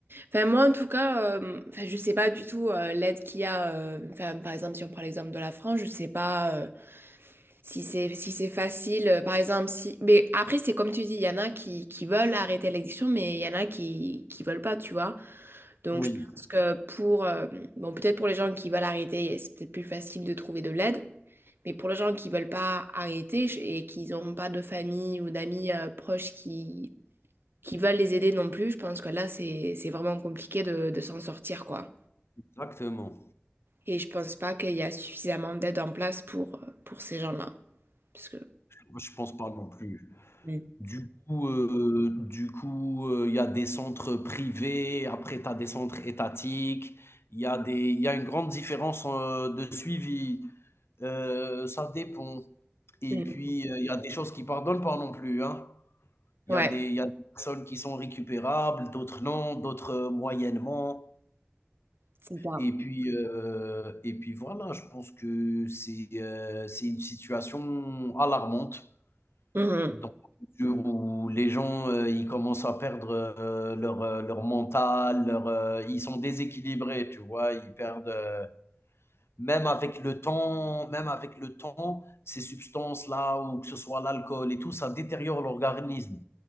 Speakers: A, on the right; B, on the left.
A: Enfin, moi, en tout cas, euh, enfin, je sais pas du tout euh, l'aide qu'il y a. euh, enfin, par exemple, si on prend l'exemple de la France, je sais pas euh, si c'est si c'est facile. euh, par exemple, si. Mais après, c'est comme tu dis, il y en a qui, qui veulent arrêter l'addiction, mais il y en a qui qui veulent pas, tu vois. Donc,
B: oui,
A: je pense que pour, euh, bon, peut-être pour les gens qui veulent arrêter, c'est peut-être plus facile de trouver de l'aide. Mais pour les gens qui veulent pas arrêter je- et qui n'ont pas de famille ou d'amis euh, proches qui, qui veulent les aider non plus, je pense que là, c'est, c'est vraiment compliqué de, de s'en sortir, quoi.
B: exactement.
A: Et je pense pas qu'il y a suffisamment d'aide en place pour, euh, pour ces gens-là. Parce que...
B: Moi, je pense pas non plus.
A: Ouais.
B: Du coup, heu, du coup, heu, il y a des centres privés, après tu as des centres étatiques, il y a des il y a une grande différence, heu, de suivi, heu, ça dépend et
A: Mm.
B: puis, heu, il y a des choses qui pardonnent pas non plus, hein. Il
A: Ouais,
B: y a des il y a des personnes qui sont récupérables, d'autres non, d'autres, heu, moyennement
A: c'est ça.
B: et puis, heu et puis voilà, je pense que c'est, heu, c'est une situation alarmante.
A: Mhm.
B: Dans la mesure où les gens, heu, ils commencent à perdre, heu, leur, heu, leur mental, leur, heu, ils sont déséquilibrés, tu vois? Ils perdent, heu, même avec le temps même avec le temps, ces substances-là ou que ce soit l'alcool et tout, ça détériore l'organisme.